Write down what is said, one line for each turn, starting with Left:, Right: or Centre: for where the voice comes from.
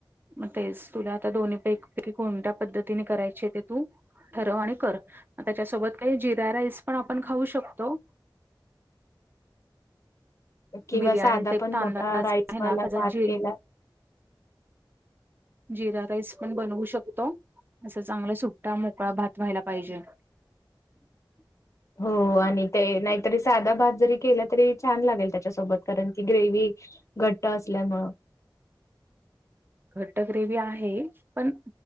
Right: मग तेच, तुला आता दोन्हीपैकी कोणत्या पद्धतीने करायची ते तू ठरव आणि कर, मग त्याच्यासोबत जिरा राईस पण आपण खाऊ शकतो.
Left: किंवा
Right: बिर्याणी
Left: साधा
Right: टाईप
Left: पण
Right: तांदळाचा
Left: मोठा रायस
Right: आहे ना
Left: वाला
Right: त्याचा
Left: भात
Right: जी
Left: केला
Right: जिरा राईस पण बनवू शकतो. असं चांगलं सुटटा, मोकळा, भात व्हायला पाहिजे.
Left: <inaudible> हो, आणि ते नाहीतरी साधा भात जरी केला तरी, छान लागेल त्याच्यासोबत. कारण ती ग्रेवी घट्ट असल्यामुळे
Right: घट्ट ग्रेवी आहेच पण